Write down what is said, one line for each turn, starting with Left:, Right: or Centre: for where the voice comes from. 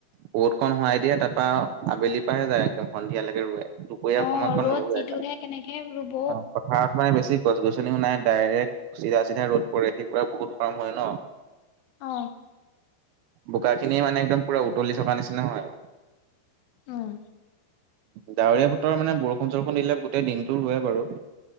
Right: বত খন সোৱাই দিয়ে তাৰ পৰা আবেলি পা সে যায় একদম সন্ধিয়ালৈকে ৰোৱে দুপৰীয়া
Left: অ
Right: সময়কণ
Left: ৰ'দ
Right: নৰোৱে
Left: যিটোহে কেনেকে ৰুব
Right: অ পথাৰত মানে বেছি গছ গছনিও নাই ডাইৰেক্ট চিধা চিধা ৰ'দ পৰে সি পুৰা বহুত গৰম হয় ন
Left: অ
Right: বোকা খিনি মানে একদম পুৰা উতলি থকা নিচিনা হয়
Left: উম
Right: ডাৱৰীয়া বতৰ মানে বৰষুণ চৰষুণ দিলে গোটেই দিনটো ৰোৱে বাৰু